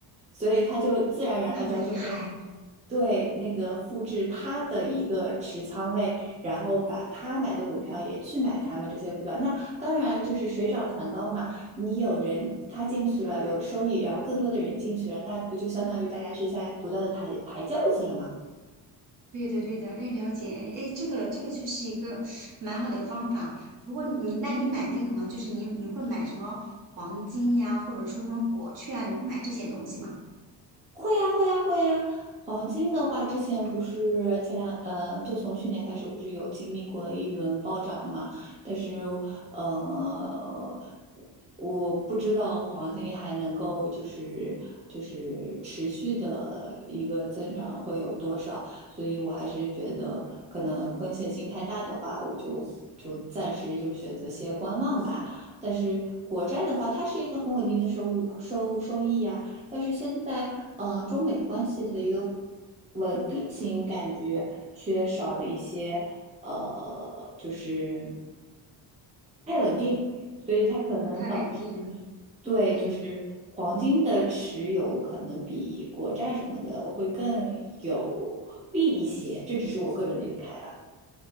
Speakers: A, on the right; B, on the right.
A: 所以她就自然而然大家就会
B: 那么厉害。
A: 对那个复制她的一个持仓位，然后把她买的股票也去买他们这些股票。那当然就是水涨船高嘛，你有人他进去了有收益，然后更多的人进去了，那不就相当于大家是在不断的抬抬轿子了嘛？
B: 对的，对的，哎，了解，哎，这个这个就是一个蛮好的方法。如果你，那你买那个吗？就是你你会买什么黄金呀，或者说什么国券啊？你会买这些东西吗？
A: 会呀，会呀，会呀。黄金的话，之前不是前两呃，就从去年开始，不是有经历过一轮暴涨嘛？但是呃，我不知道黄金还能够就是就是持续的一个增长会有多少，所以我还是觉得可能风险性太大的话，我就就暂时就选择先观望吧。但是国债的话，它是一个很稳定的收入收收益呀。但是现在呃，中美关系的一个稳定性感觉缺少了一些呃，就是硬，所以它可能导致
B: 不太稳定。
A: 对就是黄金的持有可能比国债什么的会更有利一些，
B: OK。
A: 这只是我个人的一个看法。